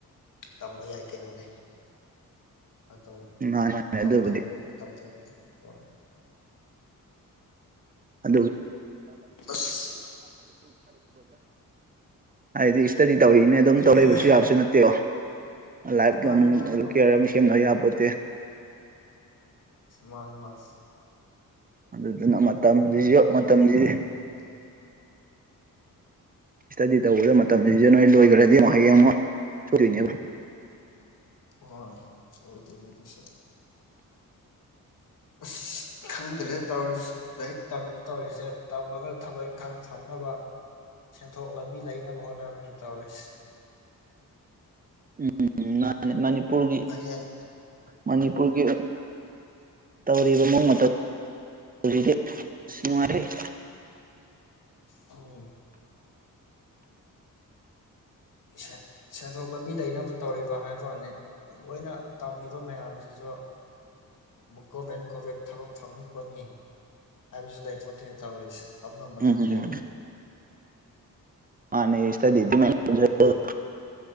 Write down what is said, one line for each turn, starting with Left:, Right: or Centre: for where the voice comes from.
Left: ꯇꯝꯕ ꯌꯥꯏ ꯀꯩꯅꯣꯅꯦ ꯑꯗꯨꯝ
Right: ꯃꯥꯅꯤ ꯃꯥꯅꯤ
Left: ꯇꯝꯊꯕꯒꯤ
Right: ꯑꯗꯨꯕꯨꯗꯤ
Left: ꯇꯝꯊꯒꯦ ꯍꯣꯏ
Right: <unintelligible>
Left: ꯑꯁ
Right: ꯍꯥꯏꯗꯤ ꯏꯁꯇꯗꯤ ꯇꯧꯔꯤꯅ ꯑꯗꯨꯝ ꯇꯧꯂꯩꯕꯁꯨ
Left: ꯑꯦ
Right: ꯌꯥꯕꯁꯨ ꯅꯠꯇꯦꯗꯣ ꯂꯥꯏꯞꯀꯤ
Left: ꯃꯥꯅꯤ
Right: ꯑꯃꯨꯛ
Left: ꯃꯥꯅꯤ
Right: ꯂꯨ
Left: ꯃꯥꯅꯤ
Right: ꯀꯤꯌꯔ ꯑꯃꯨꯛ ꯁꯦꯝꯂꯩ ꯌꯥꯄꯣꯠꯇꯦ
Left: ꯃꯥꯅꯤ ꯃꯥꯅꯤ
Right: ꯑꯗꯨꯗꯨꯅ ꯃꯇꯝꯖꯤꯖꯨ ꯃꯇꯝꯖꯤ
Left: ꯑꯣ
Right: ꯏꯁꯇꯗꯤ ꯇꯧꯕꯗ ꯃꯇꯝꯖꯤꯖꯨ ꯅꯣꯏ ꯂꯣꯏꯒ꯭ꯔꯗꯤ ꯑꯃꯨꯛ ꯍꯌꯦꯡ ꯑꯃꯨꯛ ꯁꯣꯏꯗꯣꯏꯅꯦꯕ
Left: ꯍꯣꯏ ꯁꯣꯏꯗꯣꯏꯅꯦ ꯑꯗꯨꯁꯨ ꯑꯁ ꯈꯟꯗ꯭ꯔꯦ ꯇꯧꯔꯤꯁꯦ ꯂꯥꯏꯔꯤꯛ ꯇꯝꯃꯟ ꯇꯧꯔꯤꯖꯦ ꯇꯝꯃꯒ ꯊꯕꯛ ꯏꯪꯈꯥꯡ ꯐꯪꯅꯕ ꯁꯦꯟꯊꯣꯛ ꯂꯝꯕꯤ ꯂꯩꯅꯕ ꯍꯣꯠꯅꯕꯅꯤ ꯇꯧꯔꯤꯁꯤ
Right: ꯎꯝ ꯃꯥꯅꯤ ꯃꯅꯤꯄꯨꯔꯒꯤ
Left: ꯍꯌꯦꯡ
Right: ꯃꯅꯤꯄꯨꯔꯒꯤ ꯇꯧꯔꯤꯕ ꯃꯑꯣꯡ ꯃꯇꯧ ꯖꯤꯗꯤ ꯅꯨꯡꯉꯥꯏꯍꯦ
Left: ꯎꯝ ꯁꯦꯟ ꯁꯦꯟꯊꯣꯛ ꯂꯝꯕꯤ ꯂꯩꯅꯕ ꯇꯧꯔꯤꯕ ꯍꯥꯏꯕꯩ ꯋꯥꯅꯦ ꯂꯣꯏꯅ ꯇꯝꯃꯤꯕ ꯃꯌꯥꯝꯖꯤꯖꯨ ꯑꯃꯨꯛ ꯒꯣꯔꯃꯦꯟ ꯀꯣꯕꯦꯛ ꯊꯕꯛ ꯐꯪꯅꯤ ꯈꯣꯠꯅꯤ ꯍꯥꯏꯕꯖꯨ ꯂꯩꯄꯣꯠꯇꯦ ꯇꯧꯔꯤꯁꯦ ꯇꯝ ꯉꯝꯕ
Right: ꯎꯝ
Left: ꯅꯠꯇꯦꯕ
Right: ꯎꯝ ꯎꯝ ꯃꯥꯅꯦ ꯁꯇꯗꯤ ꯃꯌꯥꯝ ꯇꯝꯖꯜꯂꯨ